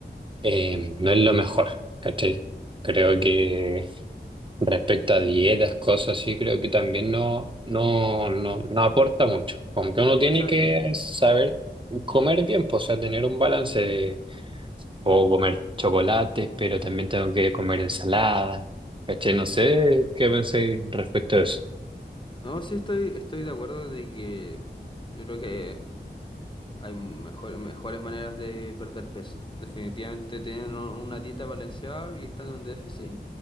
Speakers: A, on the right; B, on the left.
A: eh, no es lo mejor, ¿cachai? Creo que respecto a dietas, cosas así, creo que también no, no, no, no aporta mucho. Como que uno tiene
B: Exacto.
A: que saber comer bien, pues, o sea, tener un balance. Puedo comer chocolates, pero también tengo que comer ensalada. ¿Caché? No sé qué pensé respecto a eso.
B: No, sí estoy, estoy de acuerdo de que yo creo que Hay mejores, mejores maneras de perder peso. Definitivamente tener un- una dieta balanceada y estar en un déficit